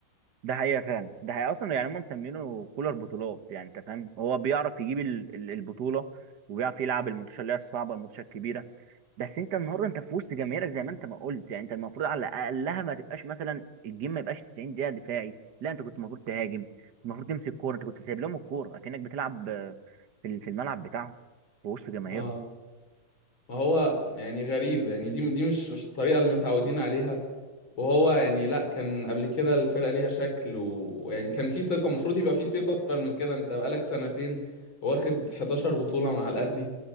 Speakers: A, on the right (about 55°); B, on the left (about 75°).
A: ده حقيقه فعلا ده حقيقه اصلا يعني هم مسمينه كولر بطولات يعني انت فاهم هو بيعرف يجيب ال- ال- البطوله وبيعرف يلعب الماتشات اللي هي الصعبه الماتشات الكبيره بس انت النهارده انت في وسط جماهيرك زي ما انت ما قلت يعني انت المفروض على اقلها ما تبقاش مثلا الجيم ما يبقاش 90 دقيقه دفاعي لا انت كنت المفروض تهاجم كنت المفروض تمسك كوره انت كنت سايب لهم الكوره اكنك بتلعب آه، في ال- في الملعب بتاعهم في وسط جماهيرهم
B: إيه ما هو يعني غريب يعني دي دي مش مش الطريقة اللي متعودين عليها وهو يعني لا كان قبل كده الفرقة ليها شكل و- ويعني كان في ثقة المفروض يبقى في ثقة أكتر من كده أنت بقالك سنتين واخد 11 بطولة مع الأهلي